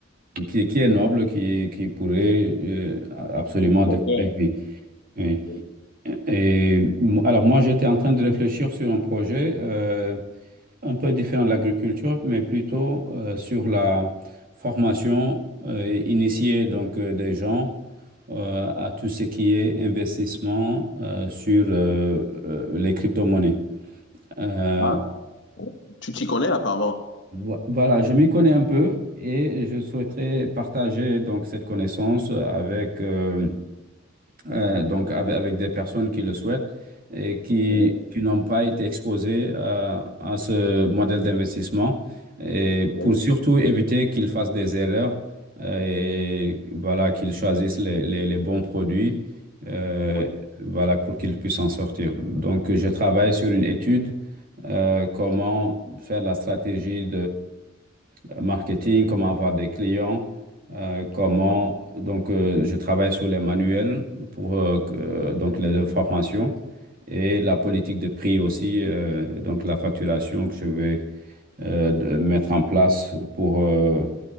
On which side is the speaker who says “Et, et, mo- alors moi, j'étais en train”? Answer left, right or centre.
Right